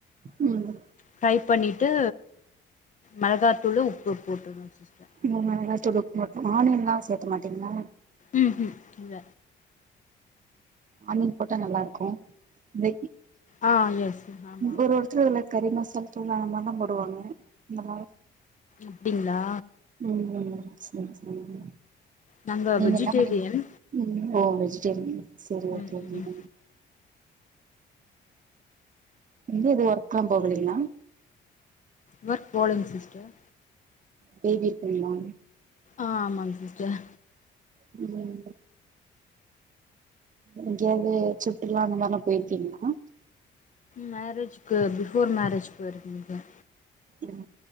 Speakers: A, on the right (about 40°); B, on the left (about 40°).
A: ம்
B: ஃப்ரை பண்ணிட்டு மெளகாத்தூளு உப்பு போட்டுருவ சிஸ்டர்
A: உம் மிளகாதூள் உப்பு மட்டு ஆனியன் எல்லா சேக்கமாட்டிங்களா
B: ம் ம் இல்ல
A: ஆணியன் போட்டா நல்லா இருக்கு ஒரு நெய்யி
B: ஆ எஸ் ஆமா
A: ஒருஒருத் துரு அதுல கறி மசால் தூள் அந்த மாதிரிலா போடுவாங்க நல்லா
B: அப்படிங்களா
A: உம் சரி சரிங்க
B: நாங்க
A: நீங்க
B: வெஜிடேரியன்
A: என்ன பண்ணி ம் ஓ வெஜிடேரியன் சரி ஓக்கே
B: ம்
A: ஓக்கேங்க
B: ம்
A: இங்க எது வர்க் எல்லா போகலைங்களா
B: வர்க் போலிங்க சிஸ்டர்
A: பேபி இருக்குங்கலா
B: ஆ ஆமாங்க சிஸ்டர்
A: உம் இங்கேயாவது சுற்றுலா அந்த மாரிலா போயிருக்கிங்கலா
B: மேரேஜ்க்கு பிஃபோர் மேரேஜ் போயிருக்கேங்க
A: உம்